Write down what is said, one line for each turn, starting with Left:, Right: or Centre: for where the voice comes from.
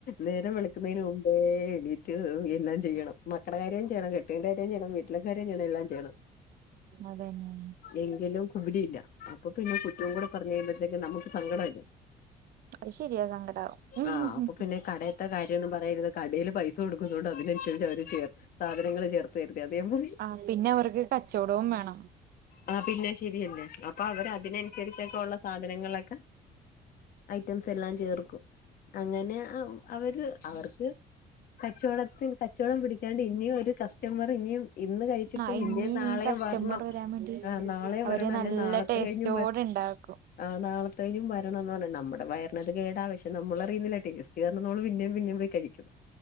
Left: നേരം വിളക്കുന്നതിന് മുമ്പേ എണീറ്റ് എല്ലാം ചെയ്യണം മക്കട കാര്യം ചെയ്യണം, കെട്ടീന്റെ കാര്യം ചെയ്യണം, വീട്ടില കാര്യം ചെയ്യണം, എല്ലാം ചെയ്യണം.
Right: അതന്നെ
Left: എങ്കിലും കുലിയില്ല. അപ്പോപിന്നെ കുറ്റംകുടി പറഞ്ഞ് കഴിമ്പതേക്ക് നമുക്ക് സങ്കടം അല്ലേ
Right: അത് ശെരിയാ സങ്കടാവും ഹും
Left: ആഹ്
Right: ഹും
Left: അപ്പൊ പിന്നെ കടയത്തെ കാര്യംന്ന് പറയരുത് കടയിൽ പൈസ കൊടുക്കുന്നുണ്ട് അതിനനുസരിച്ച് അവിടിം ചെയ്യ സാധനങ്ങള് ചേർത്ത് വര്തേ അതേ പോലെ
Right: ആ പിന്നെ അവർക്ക് കച്ചവടവും വേണം
Left: ആഹ് പിന്നെ ശരിയല്ലേ അപ്പൊ അവര് അതിനനുസരിച്ചൊക്കെ ഉള്ള സാധനങ്ങളൊക്കെ ഐറ്റംസ് എല്ലാം ചേർക്കും അങ്ങനെ ആഹ് അവര് അവർക്ക് കച്ചവടത്തിൽ കച്ചവടം പിടിക്കാണ്ട് ഇനിയും ഒരു കസ്റ്റമർ ഇനിയും ഇന്ന് കഴിച്ചിട്ട
Right: ആ
Left: പിന്നെം
Right: ഇനി
Left: നാളെയും
Right: നീ കസ്റ്റമർ
Left: വരണം,
Right: വരാൻ വേണ്ടി
Left: ആഹ് നാളെയും
Right: അവര്
Left: വരണം,
Right: നല്ല
Left: അല്ലെ നാളത്തെ
Right: ടേസ്റ്റോടെ
Left: കഴിഞ്ഞും വരണം,
Right: ഇണ്ടാക്കും
Left: ആഹ് നളത്തെഴിഞ്ഞും വരണം എന്ന് പറഞ്ഞ് നമ്മുടെ വയറിനത് കേടാ പക്ഷെ നമ്മൾയറുന്നില്ല ടെസ്റ്റ് സ്റ്റ് നമ്മള് പിന്നേം പിന്നേം പോയി കഴിക്കും